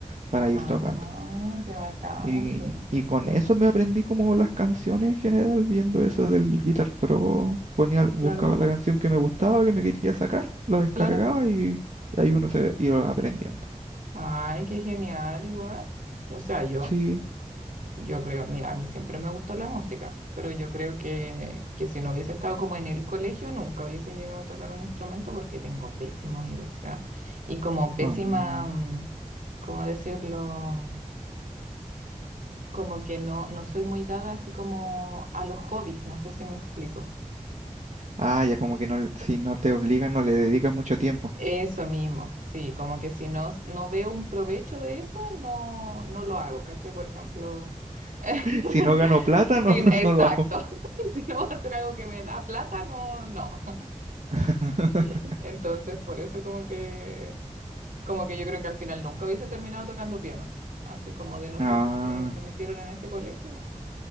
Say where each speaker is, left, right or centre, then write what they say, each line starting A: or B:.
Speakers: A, on the right (about 60°); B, on the right (about 75°).
A: para
B: Ah,
A: ir tocando.
B: qué bacán,
A: Y,
B: sí.
A: y con eso me aprendí como las canciones en general, viendo eso del Guitar Pro, ponía, buscaba
B: Claro.
A: la canción que me gustaba, que me quería sacar, lo descargaba
B: Claro.
A: y, y ahí uno se iba aprendiendo.
B: Ay, qué genial, igual. O sea, yo,
A: Sí.
B: yo creo, mira, a mí siempre me gustó la música, pero yo creo que, que si no hubiese estado como en el colegio, nunca hubiese llegado a tocar un instrumento porque tengo pésimo oído, o sea, y como pésima,
A: mm.
B: mm, ¿cómo decirlo? Como que no, no soy muy dada así como a los hobbies, no sé si me explico.
A: Ah, ya como que no, si no te obligan, no le dedicas mucho tiempo.
B: Eso mismo, sí, como que si no, no veo un provecho de eso, no, no lo hago, ¿cachai? Por ejemplo, <laughs>
A: <laughs> Si no gano plata, no,
B: sí, exacto,
A: <laughs> no lo hago.
B: <laughs> si no va a ser algo que me da plata, no, no.
A: <laughs>
B: <laughs> Entonces, por eso como que, como que yo creo que al final nunca hubiese terminado tocando piano, así como de no
A: Ah,
B: ser porque me metieron en ese colegio,